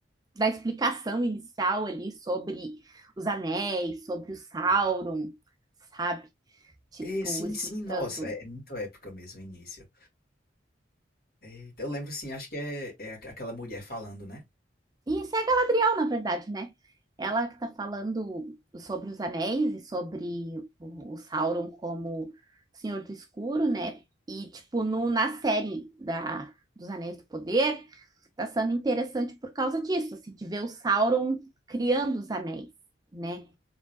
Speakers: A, on the right (about 20°); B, on the left (about 50°).
A: da explicação inicial ali sobre os anéis, sobre o Sauron, sabe? Tipo,
B: é, sim,
A: explicando.
B: sim, nossa, é, é muito épica mesmo o início. É, então eu lembro, sim, acho que é, é aqu- aquela mulher falando, né?
A: E isso é a Galadriel, na verdade, né? Ela que tá falando sobre os anéis e sobre o, o Sauron como Senhor do Escuro, né? E, tipo, no, na série da, dos Anéis do Poder, tá sendo interessante por causa disso, assim, de ver o Sauron criando os anéis, né?